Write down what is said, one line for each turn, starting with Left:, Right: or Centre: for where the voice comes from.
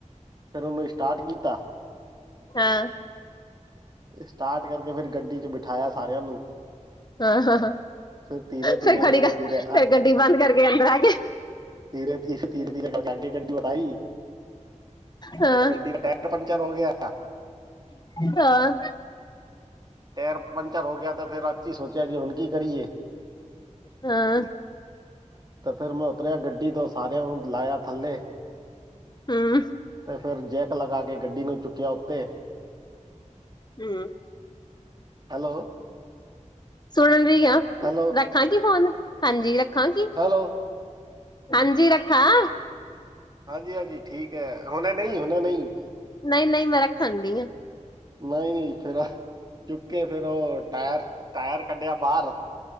Right: ਫੇਰ ਉਨੂੰ ੲਸਟਾਰਟ ਕੀਤਾ।
Left: ਹਾਂ।
Right: ਸਟਾਰਟ ਕਰਕੇ ਫਿਰ ਗੱਡੀ ਚ ਬਿਠਾਇਆ ਸਾਰਿਆਂ ਨੂੰ।
Left: ਹਾਂ-ਹਾਂ
Right: ਫਿਰ ਧੀਰੇ ਧੀਰੇ
Left: ਫੇਰ ਖੜੀ
Right: ਧੀਰੇ
Left: ਕ ਫਿਰ
Right: ਧੀਰੇ
Left: ਗੱਡੀ ਬੰਦ ਕਰਕੇ ਅੰਦਰ ਆਗੇ।
Right: ਤੀਰੇ-ਤੀਰੇ-ਤੀਰੇ ਕਰਕੇ ਆਗੇ ਗੱਡੀ ਵਦਾਈ
Left: ਹਾਂ
Right: ਤੇ ਗੱਡੀ ਦੇ ਟੈਰ ਪੰਚਰ ਹੋ ਗਿਆ।
Left: ਹਾਂ।
Right: ਟਾਇਰ ਪੰਚਰ ਹੋ ਗਿਆ ਤੇ ਫੇਰ ਅੱਸੀ ਸੋਚਿਆ ਕਿ ਹੁਣ ਕੀ ਕਰੀਏ।
Left: ਹਾਂ।
Right: ਤੇ ਫਿਰ ਮੈਂ ਉਤਰਿਆ ਗੱਡੀ ਤੋਂ ਸਾਰਿਆਂ ਨੂੰ ਲਾਇਆ ਥੱਲੇ।
Left: ਹੂੰ।
Right: ਤੇ ਫਿਰ ਜੈਕ ਲਗਾ ਕੇ ਗੱਡੀ ਨੂੰ ਚੁੱਕਿਆ ਉੱਤੇ।
Left: ਹੂੰ,
Right: ਹੈਲੋ
Left: ਸੁਨ ਰਿਆਂ।
Right: ਹੈਲੋ।
Left: ਰੱਖਾਂ ਕੀ ਫੋਨ, ਹਾਂਜੀ ਰੱਖਾਂ ਕਿ?
Right: ਹੈਲੋ।
Left: ਹਾਂਜੀ, ਰੱਖਾਂ।
Right: ਹਾਂਜੀ-ਹਾਂਜੀ ਠੀਕ ਐ ਹੁਨੇ ਨਈ, ਹੁਨੇ ਨਈ।
Left: ਨਈ, ਨਈ ਮੈਂ ਰੱਖਨ ਡਈਆਂ।
Right: ਨਈ, ਨਈ ਫੇਰ ਚੁੱਕੇ ਫੇਰ ਓ ਟੈਰ, ਟੈਰ ਕੱਢੇਆ ਬਾਰ।